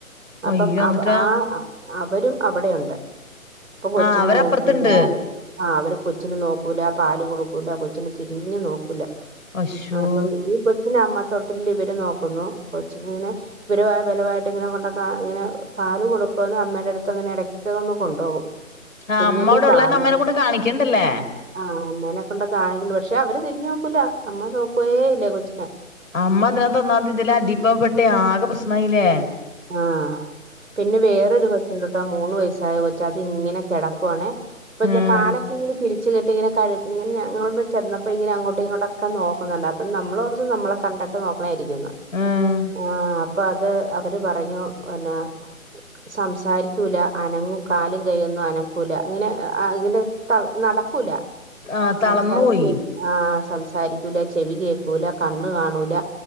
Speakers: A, on the right (about 65°); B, on the left (about 65°).
A: അപ്പം
B: അയ്യോ എന്നിട്ടാ
A: അ ആ അവരും അവിടെയുണ്ട് ഇപ്പൊ കൊച്ചിനെ
B: ആഹ് അവരപ്പുറത്തുണ്ട്
A: നോക്കൂല ആ അവര് കൊച്ചിന് നോക്കൂല പാ കൊടുക്കൂില്ല കൊച്ചിന് തിരിഞ്ഞ് നോക്കില്ല
B: അശ്ശോ
A: ആ അപ്പം ഈ കൊച്ച്ന് അമ്മ തൊട്ടില്ൽ ഇവര് നോക്കുന്നു കൊച്ചിനിങ്ങനെ ഇവരു ബലമായിട്ട് ങ്ങനെ കൊണ്ട ഇങ്ങനെ പാല് കൊടുക്കുന്നമ്മ എടുത്ത് ങ്ങനെ ഇടക്കൊന്നങ്ങ് കൊണ്ടോകും
B: ആഹ്
A: കുഞ്ഞല്ലേ
B: അമ്മ അവിടെ ഉള്ളാരണം
A: പാല
B: അമ്മേനെ കൊണ്ട് കാണിക്കണ്ടല്ലേ
A: ആ അമ്മേനെ കൊണ്ടെ കാണിക്കണ്ട് പക്ഷെ അവര് തിരിഞ്ഞു നോ നോക്കൂല അമ്മ നോക്കേ ഇല്ല കൊച്ചിനെ
B: അമ്മ ഇതിനക <unintelligible> ഇതില അടിപ്പ പെട്ടേ ഇതിലാകെ പ്രശ്നായിലേ
A: ആഹ് പിന്നെ വേറൊരു കൊച്ച്ണ്ട്ട്ടാ മൂന്ന് വയസ്സായ കൊച്ചാ അത് ങ്ങനെ കെടക്കുവാണേ അപ്പൊ
B: ആഹ്
A: ഞാ കാലൊക്കെ ഇങ്ങനെ പിരിച്ച് കെട്ടി ഇങ്ങനെ കഴ ഇങ്ങനെ ഞങ്ങളാട്ന്ന് ചെന്നപ്പോ ഇങ്ങനെ അങ്ങോട്ടും ഇങ്ങോട്ടൊക്കെ നോക്കുന്നുണ്ട് അപ്പൊ നമ്മള് ഓർത്തു നമ്മളെ കണ്ടിട്ട് നോക്ക ഇരിക്കുന്നു
B: ആഹ്
A: ആഹ് പ്പോ അത് അവ അവര് പറഞ്ഞു പിന്നെ സംസാരിക്കൂല അനങ്ങും കാലും കൈയ്യൊന്നും അനക്കൂല അങ്ങനെ ഇങ്ങെ ത നടക്കൂല
B: ആഹ് തളർന്നു
A: സംസാരിക്കു
B: പോയി
A: ആ സംസാ സംസാരിക്കൂല ചെവി കേൾക്കൂല കണ്ണ് കാണൂല